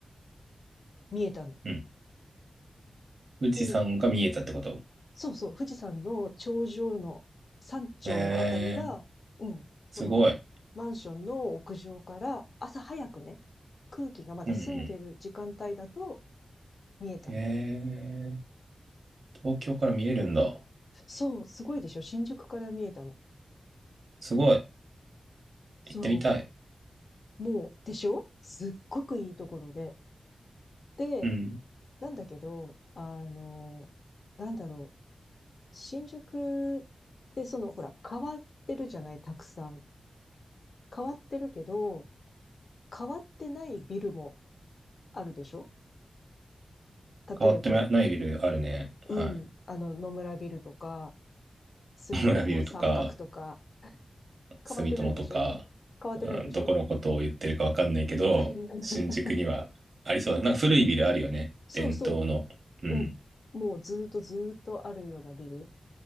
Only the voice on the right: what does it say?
うん。富士山が見えたってこと
えー、
すごい。
うんう
ん。えー、東京から見えるんだ。
すごい。
行ってみたい。
うん。
変わってないビルあるね。
は
い。<laughs> 野村ビルとか、住友とか、
うん、どこのことを言ってるかわかんないけど、
新宿にはありそうだ。なんか古いビルあるよね。
伝統の。うん。